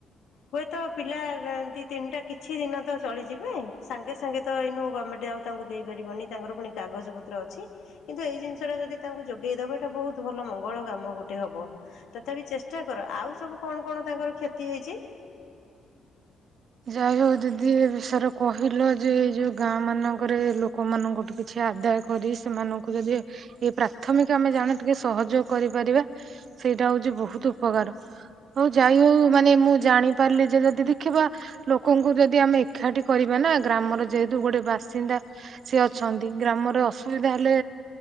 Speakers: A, on the left; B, on the right.
A: ହୁଏତ ପିଲା ଏ ଦି ତିନିଟା କିଛି ଦିନ ତ ଚଳିଯିବେ ସାଙ୍ଗେ ସାଙ୍ଗେ ତ ଏଇନୁ ଗମେଣ୍ଟ ଆଉ ତାଙ୍କୁ ଦେଇପାରିବନି ତାଙ୍କର ପୁଣି କାଗଜ ପତ୍ର ଅଛି କିନ୍ତୁ ଏଇ ଜିନିଷ ଟା ଯଦି ତାଙ୍କୁ ଯୋଗେଇଦବ ଏଇଟା ବହୁତ ଭଲ ମଙ୍ଗଳ କାମ ଗୋଟେ ହବ ତଥାପି ଚେଷ୍ଟା କର। ଆଉ ସବୁ କଣ କଣ ତାଙ୍କର କ୍ଷତି ହେଇଛି।
B: ଯାଇ ହଉ ଯଦି ଏ ବିଷୟରେ କହିଲ ଯେ ଏଇ ଯୋଉ ଗାଁ ମାନଙ୍କରେ ଲୋକମାନଙ୍କଠୁ କିଛି ଆଦାୟ କରି ସେମାନଙ୍କୁ ଯଦି ଏଇ ପ୍ରାଥମିକ ଆମେ ଜାଣ ଟିକେ ସହଯୋଗ କରିପାରିବା ସେଇଟା ହଉଛି ବହୁତ ଉପକାର ହଉ ଯାଇ ହଉ ମାନେ ମୁଁ ଜାଣିପାରିଲି ଯେ ଯଦି ଦେଖିବା। ଲୋକଙ୍କୁ ଯଦି ଆମେ ଏକାଠି କରିବା ନା ଗ୍ରାମର ଯେହେତୁ ଗୋଟେ ବାସିନ୍ଦା ସେ ଅଛନ୍ତି ଗ୍ରାମରେ ଅସୁବିଧା ହେଲେ